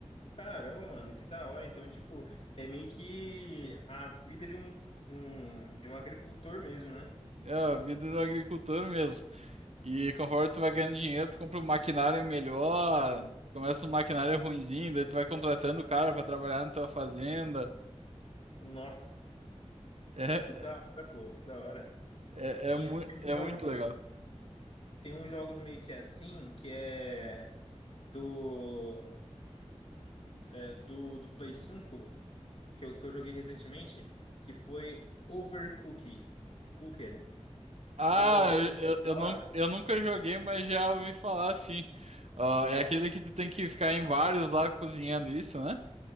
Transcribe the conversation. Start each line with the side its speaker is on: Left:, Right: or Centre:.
Left: Caramba, mano, que da hora. Então, tipo, é meio que a vida de um, um de um agricultor mesmo, né?
Right: É a vida do agricultor mesmo. E conforme tu vai ganhando dinheiro, tu compra um maquinário melhor, começa um maquinário ruinzinho, daí tu vai contratando o cara para trabalhar na tua fazenda.
Left: Nossa,
Right: É,
Left: que da hora, pô, que da hora.
Right: é,
Left: Tinha,
Right: é, é, mu- é
Left: tinha uns jogos,
Right: muito legal.
Left: tem uns jogos meio que assim, que é do, é, do, do Play 5 que eu, que eu joguei recentemente, que foi Overcooked. Cooked.
Right: Ah,
Left: Você chegou a
Right: eu, eu,
Left: falar?
Right: não, eu nunca joguei, mas já ouvi falar assim. Ó, é
Left: É,
Right: aquele que tu tem que ficar em vários lá cozinhando isso, né?